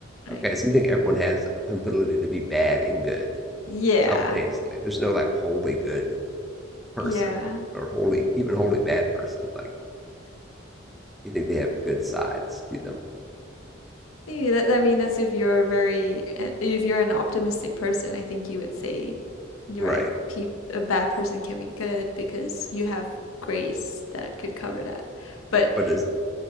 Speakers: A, on the left; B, in the centre.
A: right?
B: Okay, so you think everyone has an ability to be bad and good
A: Yeah.
B: simultaneously? There's no like wholly good person
A: Yeah.
B: or wholly even wholly bad person. Like you think they have good sides to them,
A: Yeah, that, I mean, that's if you're very, eh, if you're an optimistic person, I think you would say, you're
B: right?
A: right, pe a bad person can be good because you have grace that could cover that. But
B: But is